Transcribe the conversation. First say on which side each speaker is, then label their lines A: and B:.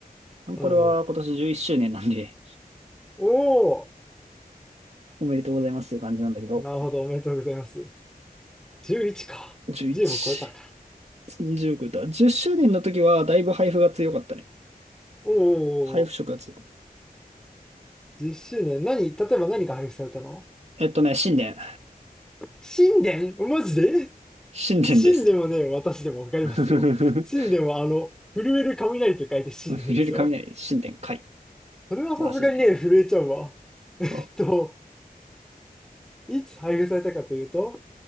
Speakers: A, on the right; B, in the centre.
A: あこれは今年11周年なんで、
B: うん。おー、
A: <laughs> おめでとうございますっていう感じなんだけど。
B: なるほど、おめでとうございます。11か。
A: 11、
B: 10も超えたか。
A: 20超えた。10周年の時は、だいぶ配布が強かったね。
B: お
A: 配布色が強い。
B: ー、10周年。何、例えば何が配布されたの
A: えっとね、新年。
B: 神殿マジで
A: 新年です。
B: 神でもね、私でもわかりますよ。
A: <laughs> ふ
B: 神でもあの、震える雷と書いて神なんですよ
A: れる雷、新年会。
B: それはさすがにね、
A: 素晴らしいね。
B: 震えちゃうわ。えっと、
A: そ
B: いつ配布されたかというと、